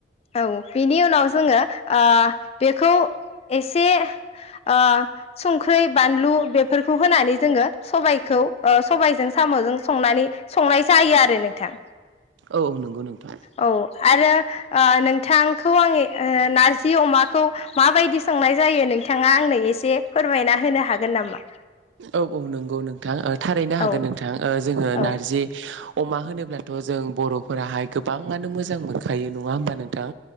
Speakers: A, on the left; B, on the right.
A: औ बिनि उनाव जोङो ओ बेखौ एसे ओ संख्रै बानलु बेफोरखौ होनानै जोङो सबायखौ ओ सबायजों साम'जों संनानै संनाय जायो आरो नोंथां
B: औ नंगौ नोंथां
A: औ आरो ओ नोंथांखौ आंनि ओ नारजि अमाखौ माबायदि संनाय जायो नोंथाङा आंनो एसे फोरमायना होनो हागोन नामा
B: औ औ नंगौ नोंथां थारैनो हागोन
A: औ
B: नोंथां ओ जोङो
A: औ
B: नारजि अमा होनोब्लाथ' जों बर'फोराहाय गोबाङानो मोजां जां मोनखायो नङा होमबा नोंथां